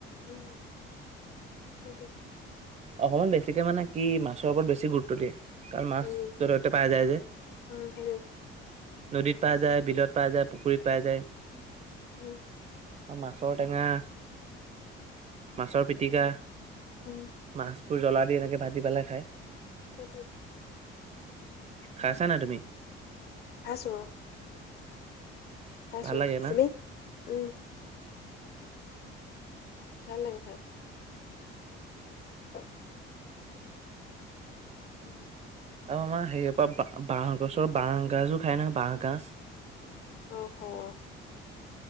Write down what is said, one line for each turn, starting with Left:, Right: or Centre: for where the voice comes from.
Left: উম সেইটোৱে
Right: অসমত বেছিকে মানে কি মাছৰ ওপৰত বেছি গুৰুত্ব দিয়ে কাৰণ মাছ
Left: উম
Right: য'তে ত'তে পাই যায় যে।
Left: উম সেইটোৱে
Right: নদীত পাই যায়, বিলত পোৱা যায় পুখুৰীত পাই যায়
Left: উম
Right: আৰু মাছৰ টেঙা, মাছৰ পিটিকা
Left: উম
Right: মাছবোৰ জ্বলা দিয়া থাকে ভাজি পেলাই খায়
Left: সেইটোৱে
Right: খাইছানাই তুমি?
Left: খাইছোঁ অ, খাইছোঁ
Right: ভাল লাগে না?
Left: তুমি? উম ভাল লাগে খাই <unintelligible> ওম
Right: আৰু আমাৰ হেৰিয়পা বাঁহ বাঁহ গছৰ বাঁহ গাজো খাই নহয় বাঁহ গাজ
Left: অ খাই অ